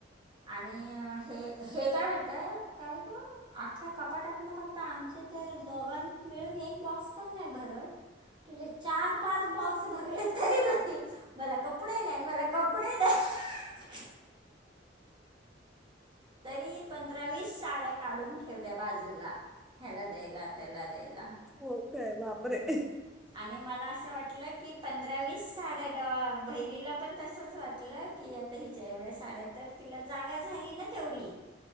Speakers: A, on the right; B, in the centre.
A: आणि, हे हे काय म्हणतात, काय ग आख्या कपाटात ना फक्त आमच्या तर दोघां, मिळून एक बॉक्स पण नाही भरत, तुझे चार पाच बॉक्स भरले तरी बोलतील मला कपडे नाही मला कपडे, नाही तरी पंधरा वीस साड्या, काढून ठेवल्या बाजूला, याला द्यायला त्याला द्यायला,
B: हो काय बापरे,
A: आणि मला असं वाटलं, की पंधरा वीस साडे द बहिणीला पण तसंच वाटलं की, हिच्या एवढ्या साड्या तर तिला जागा झाली ना तेवढी,